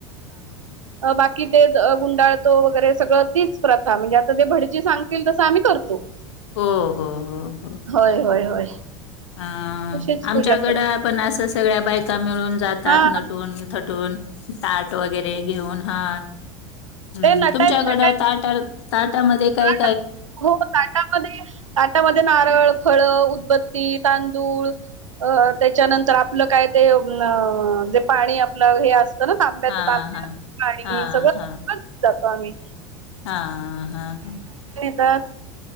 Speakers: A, on the right (about 80°); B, on the left (about 65°).
A: बाकी ते गुंडाळतो वगैरे सगळं तीच प्रथा म्हणजे आता ते भड. जी सांगतील तसं आम्ही करतो.
B: हो हो हो हो.
A: होय होय होय
B: अं
A: तशीच
B: आमच्याकड
A: पूजा करतो
B: पण असंच सगळ्या बायका. मिळून जातात
A: हा
B: नटून थटून ताट वगैरे घेऊन. हा हम्म
A: ते नटायचं
B: तुमच्याकडं
A: नटायचं
B: ताटा ताटामध्ये काही.
A: ताटा हो ताटामध्ये ताटामध्ये नारळ फळ उदबत्ती तां. दुळ अं त्याच्यानंतर आपलं काय ते अं जे पाणी आपलं हे असं. <unintelligible> तांब्याच
B: हा
A: पाणी
B: हा हा
A: सगळं
B: हा
A: <unintelligible> जातो आम्ही.
B: हा हा.
A: तर